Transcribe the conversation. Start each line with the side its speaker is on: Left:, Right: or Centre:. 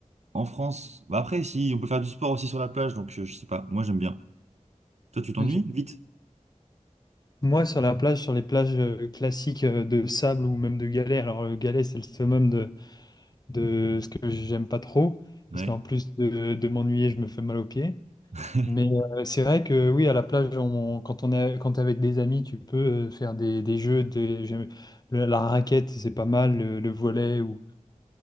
Right: en France, bah après, si on peut faire du sport aussi sur la plage, donc je, je sais pas, moi j'aime bien. Toi, tu t'ennuies
Left: Ok.
Right: vite?
Left: Moi, sur la plage, sur les plages euh, classiques euh, de sable ou même de galets. alors le galet, c'est le summum de, de ce que j'aime pas trop, parce
Right: Ouais.
Left: qu'en plus de, de m'ennuyer, je me fais mal aux pieds.
Right: <laughs>
Left: Mais euh, c'est vrai que oui, à la plage, on- quand on est, quand t'es avec des amis, tu peux euh, faire des, des jeux, des, j'aime- le- la raquette, c'est pas mal, le, le volley, ou,